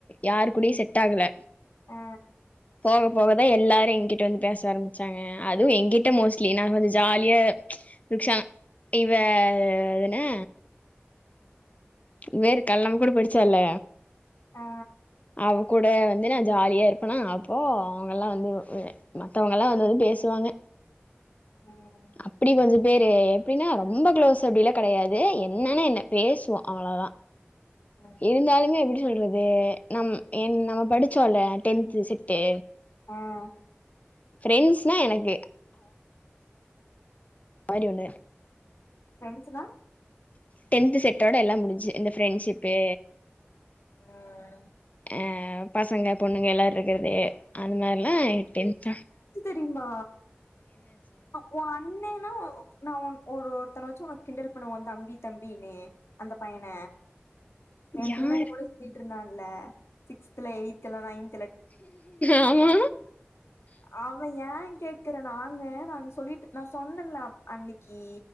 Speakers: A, on the left; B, on the left.
A: யாரு கூட செட் ஆகல
B: ஆ
A: போக போகதான் எல்லாரும் என்கிட்ட வந்து பேச ஆரம்பிச்சாங்க அதுவும் என்கிட்ட மோஸ்ட்லி நான் கொஞ்ச ஜாலியா ன் ச்சா இவ எதுனா வேரு கல்லம் கூட படிச்சால்ல
B: ஆ
A: அவ கூட வந்து நான் ஜாலியா இருப்பனா அப்போ அவங்கல்லாம் வந்து மத்தவங்கல்லாம் வந்து வந்து பேசுவாங்க
B: ம்
A: அப்படி கொஞ்சம் வேரு எப்படின்னா ரொம்ப க்ளோஸ் அப்படிலாம் கிடையாது என்னன்னு என்ன பேசுவோம் அவ்ளவுதான்
B: ம்
A: இருந்தாலுமே எப்படி சொல்றது அது நம் என் நம்ம படிச்சோம்ல டென்த் செட்டு
B: ஆஹ்
A: பிரெண்ட்ஸ்னா எனக்கு மாரி ஒண்ணு
B: பிரெண்ட்ஸ்னா
A: டென்த் செட்டோட எல்லாம் முடிஞ்ச்சு இந்த பிரெண்ட்ஷிப்பு
B: உம்
A: ஆஹ் பசங்க பொண்ணுங்க எல்லார் இருக்கறது அந்த மாதிரிலாம் டென்த் தா
B: தெமா ஆஹ் ஒன் அண்ணேன்னா நான் உன் ஒரு ஒருத்தனை வச்சு உன கிண்டல் பண்ணுவன் அந்த தம்பி தம்பினு அந்த பையன ஏன்
A: யாரு
B: பின்னாடி கூட சுத்திட்டு இருந்தான்ல சிக்ஸ்த்ல எய்த்ல நைன்த்
A: ஆமா
B: அத ஏ கேக்குற நாங்க நாங்க சொல்லிட்டு நா சொன்னன்ல அன்னைக்கு